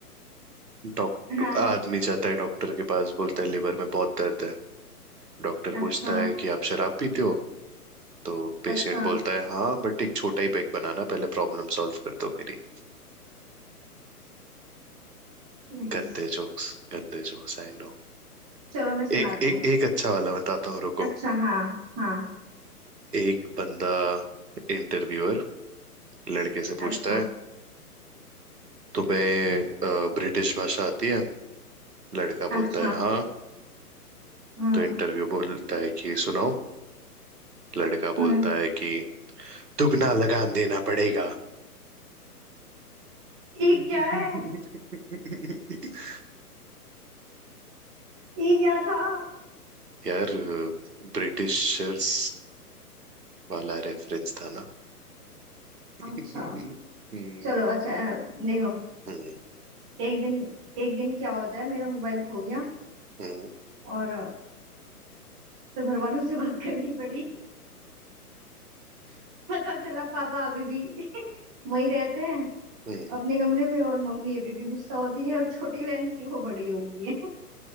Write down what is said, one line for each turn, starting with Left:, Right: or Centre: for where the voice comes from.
Right: डॉक्टर
Centre: हाँ
Right: आदमी जाता है डॉक्टर के पास बोलता है लिवर में बहुत दर्द है डॉक्टर
Centre: अच्छा
Right: पूछता है कि आप शराब पीते हो तो पेशेंट
Centre: अच्छा
Right: बोलता है हाँ बट एक छोटा ही पैक बनाना पहले प्रॉब्लम सॉल्व कर दो मेरी
Centre: नाइस
Right: गंदे जोक्स गंदे जोक्स आई नो।
Centre: चलो मैं सुनाती
Right: एक एक
Centre: हूँ
Right: एक अच्छा वाला बताता हूँ रुको
Centre: अच्छा हाँ हाँ
Right: एक बंदा इंटरव्यूअर लड़के से पूछता
Centre: अच्छा
Right: है तुम्हें ब्रिटिश भाषा आती है लड़का बोलता
Centre: अच्छा
Right: है हाँ
Centre: हम्म
Right: तो इंटरव्यू बोलता है कि सुनाओ लड़का बोलता
Centre: हम्म
Right: है कि दुगना लगान देना पड़ेगा
Centre: ये
Right: <laughs>
Centre: क्या है ये क्या था
Right: यार ब्रिटिशर्स वाला रेफरेंस था ना <laughs>
Centre: अच्छा
Right: हम्म
Centre: चलो अच्छा अ, देखो
Right: हम्म
Centre: एक दिन एक दिन क्या होता है मेरा मोबाइल खो गया
Right: हम्म
Centre: और तो घर वालों से बात करनी पड़ी <laughs> पता चला पापा अभी भी <laughs> वहीं रहते हैं
Right: हम्म
Centre: अपने कमरे में और मम्मी अभी भी गुस्सा होती है और छोटी बहन थी वो बड़ी हो गई है